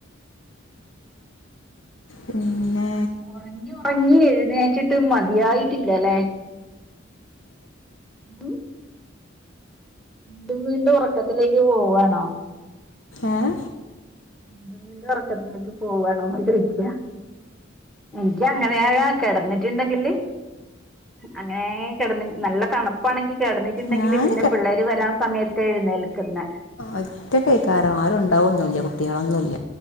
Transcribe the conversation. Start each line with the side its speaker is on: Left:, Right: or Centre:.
Left: പിന്നെ
Centre: ഉറങ്ങി ഉറങ്ങി എഴുന്നേച്ചിട്ട് മതിയായിട്ടില്ലല്ലേ ഉ വീണ്ടും വീണ്ടും ഉറക്കത്തിലേക്ക് പോവാണോ
Left: ആഏ
Centre: വീണ്ടും വീണ്ടും ഉറക്കത്തിലേക്ക് പോവാണന്ന് ചോദിക്ക എനിക്കഅങ്ങനെയ കിടന്നിട്ട ണ്ടെങ്കില് അങ്ങനെ കിടന്ന നല്ല തണുപ്പാണെങ്കിൽ കിടന്നിട്ടുണ്ടെങ്കില്
Left: ഞാൻ
Centre: പിന്നെ പിള്ളേര് വരാൻ സമയത്ത് എഴുന്നേൽക്കന്ന്
Left: ഒറ്റ കൈകാരം ആരുണ്ടാവുന്നുല്ല കുട്ടികളൊന്നുല്ല